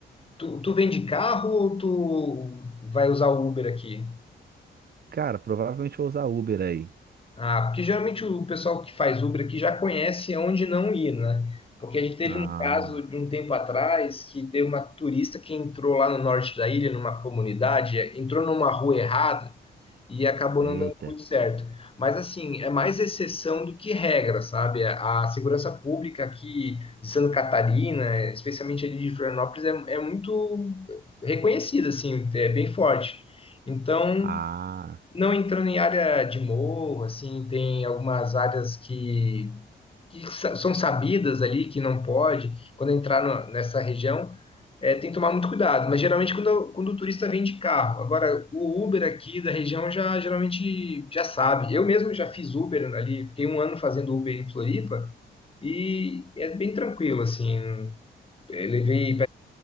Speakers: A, on the left; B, on the right.
A: Tu, tu vem de carro ou tu vai usar o Uber aqui?
B: Cara, provavelmente vou usar Uber aí.
A: Ah, porque geralmente o pessoal que faz Uber aqui já conhece onde não ir, né? Porque a gente teve
B: Ah,
A: um caso de um tempo atrás que teve uma turista que entrou lá no norte da ilha, numa comunidade, entrou numa rua errada e acabou
B: eita.
A: não dando muito certo. Mas, assim, é mais exceção do que regra, sabe? A segurança pública aqui de Santa Catarina, especialmente ali de Florianópolis, é, é muito reconhecida, assim, é bem forte. Então,
B: Ah.
A: não entrando em área de morro, assim, tem algumas áreas que que sa- são sabidas ali, que não pode, quando entrar no- nessa região, é, tem que tomar muito cuidado. Mas geralmente quando, quando o turista vem de carro. Agora, o Uber aqui da região já geralmente já sabe. Eu mesmo já fiz Uber ali, fiquei um ano fazendo Uber em Floripa e é bem tranquilo, assim. Eu levei